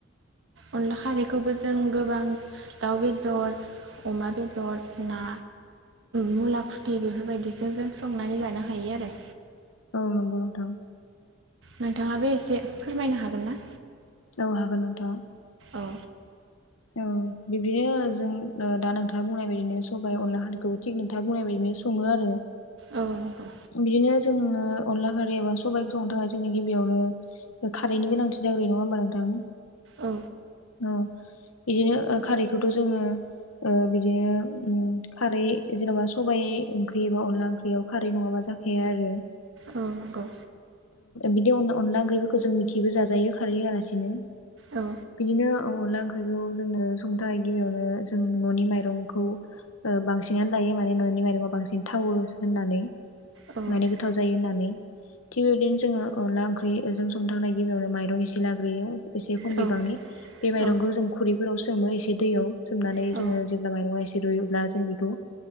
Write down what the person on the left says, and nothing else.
औ नंगौं नोंथां।
औ हागोन नोंथां।
औ बिब्दिनो जों दा नोंथाङा बुंनाय बायदिनो सबाइ अनला खारिखौ थिक नोंथाङा बुंनाय बायदिनो सङो आरो
बिदिनो जोङो अनला खारि एबा सबाइखौ संनो थाखाय जोंनि गिबियावनो खारैनि गोनांथि जाग्रोयो नङा होमबा नोंथां?
औ बिदिनो खारै खौथ' जोङो बिदिनो खारै जेनेबा सबाइ ओंख्रि एबा अनला ओंख्रियाव खार खारै नङाबा जाखाया आरो।
बिदि अनला ओंख्रिफोरखौ जों मिखिबो जाजायो खारै हैआलासिनो
बिदिनो अनला ओंख्रिखौ जोंनो संनो थाखाय गिबियावनो जों न'नि माइरंखौ बांसिनानो लायो माने न'नि माइरंखौ बांसिन थावो होननानै
माने गोथाव जायो होननानै। थिग बेबायदिनो जोङो अनला ओंख्रिजों संनो थांनाय गिबियावनो माइरं एसे लाग्रोयो। एसे खम
बिबांनि बे माइरंखौ
जों खुरैफोराव सोमो एसे दैयाव सोमनानै
जोङो जेब्ला माइरं आ रुयोब्ला जों बेखौ